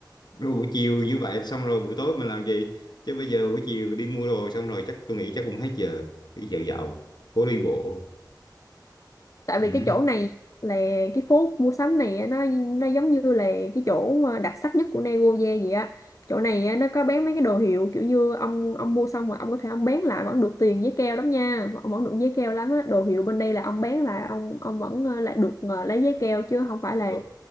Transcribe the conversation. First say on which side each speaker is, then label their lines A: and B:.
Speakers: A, on the left; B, on the left.
A: Rồi buổi chiều như vậy xong rồi buổi tối mình làm gì chứ bây giờ buổi chiều đi mua đồ xong rồi chắc tôi nghĩ chắc cũng hết giờ đi dạo dạo phố đi bộ
B: tại vì
A: ừ.
B: cái chỗ này là cái phố mua sắm này á, nó nó giống như là cái chỗ ờ, đặc sắc nhất của Nagoya vậy á chỗ này á, nó có bán mấy cái đồ hiệu kiểu như ông ông mua xong rồi ông có thể ông bán lại vẫn được tiền giấy keo lắm nha ông vẫn được giấy keo lắm á đồ hiệu bên đây là ông bán lại ông ông vẫn ờ, lại được ờ, lấy giấy keo chứ không phải là
A: Ờ,